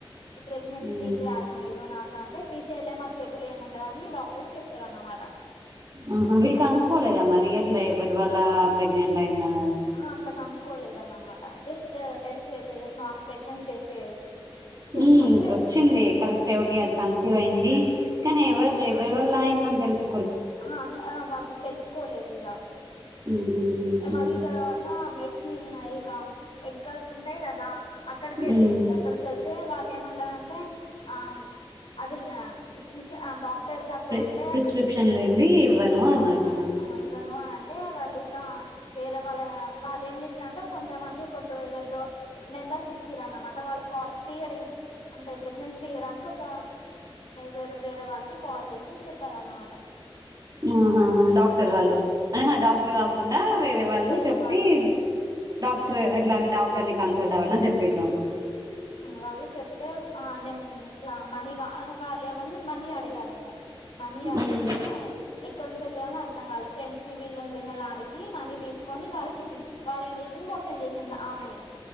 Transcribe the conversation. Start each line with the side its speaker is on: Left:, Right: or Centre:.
Left: ఈ ప్రెగ్నెన్సీ
Right: ఉమ్
Left: తీసేయాలి మీరు నాకు అంటే తీసేయాలేం మా చేతుల్లో ఏమి ఉండదని డాక్టర్స్ చెప్తారనమాట.
Right: ఆహ వీళ్లు కనుక్కోలేదా మరి అట్లా ఎవరి వల్ల ప్రెగ్నెంట్ అయిందా
Left: అహ అట్లాగా అనుకోలేదనమాట జస్ట్ టెస్ట్ జస్ నార్ ప్రెగ్నెన్సీ టెస్ట్ చేసుకొని
Right: ఊమ్
Left: వెళ్ళిపోయారు
Right: వచ్చింది కరక్టే ఓకే అది కన్సీవ్ అయింది కానీ ఎవరు ఎవరి వల్ల అయిందని తెలుసు
Left: ఆ <unintelligible> తెలుసుకోలేదు ఇగ
Right: ఉహు ఉమ్
Left: మళ్ళీ
Right: ఉమ్
Left: తర్వాత మెడిసిన్ ఇక మెడికల్స్ ఉంటాయ్ కదా అక్కడికి వెళ్ళింది
Right: ఉమ్,
Left: అక్కడికెళ్ అతే వాళ్ళు ఏమండారంటే ఆ <unintelligible> <unintelligible> అక్కడ
Right: ప్రి
Left: ఉంటే
Right: ప్రిస్క్రిప్షన్
Left: అది
Right: లేనిది ఇవ్వను
Left: ఇబ
Right: అన్నట్టు
Left: ఇబ అని అంటే వాళ్ళు ఇక వేరే వాళ్ళ వాళ్ళు ఏం చేసారంటో కొంతమంది కొట్టు ఎవరిదో నెంబర్స్ ఇచ్చిర అన్నమాట వాళ్ళు కాల్ తీయడం అంటే ప్రెగ్నెన్సీ తీయడానికి ఒక వేరే వేరే వాళ్ళకి కాల్ చేసి చెప్పారనమాట
Right: ఆహ డాక్టర్ వాళ్ళు అ డాక్టర్ కాకుండా వేరే వాళ్ళు
Left: వేరే
Right: చెప్పి
Left: వాళ్ళు
Right: డాక్టర్ ఇట్లాంటి డాక్టర్ ని కన్సల్ట్ అవ్వడిని చెప్పిను
Left: వాళ్ళు చెప్తే ఆ నేమ్ ఇట్లా మని వాళ్ళు ఏమన్నా మనీ అడిగారట మనీ అడిగితే
Right: మ్మ్.
Left: ఎక్కడ నుంచి <unintelligible> అర్థ కాల ఫ్రెండ్ ని వీళ్ళని వీళ్ళని అడికి మనీ తీసుకొని వాళ్ళకి ఇచ్చిన వాడు ఏం చేసి మోసం చేసిండు ఆమెని